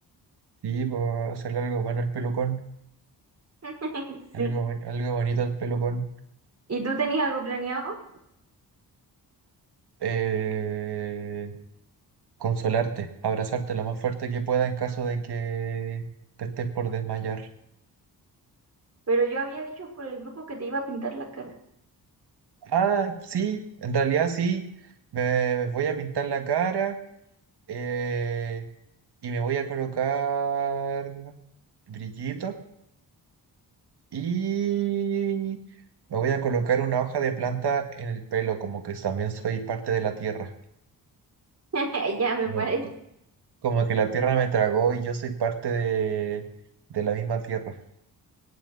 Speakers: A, on the right; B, on the right.
A: Sí, para hacerle algo bueno al pelucón.
B: <laughs> Sí.
A: Algo, bon- algo bonito al pelucón.
B: ¿Y tú tenías algo planeado?
A: Eh, Consolarte, abrazarte lo más fuerte que pueda en caso de que te estés por desmayar.
B: Pero yo había dicho por el grupo que te iba a pintar la cara.
A: Ah, sí, en realidad sí. Me voy a pintar la cara eh, y me voy a colocar brillitos y me voy a colocar una hoja de planta en el pelo, como que también soy parte de la tierra.
B: <laughs> Ya me
A: Como,
B: parece.
A: co- como que la tierra me tragó y yo soy parte de, de la misma tierra.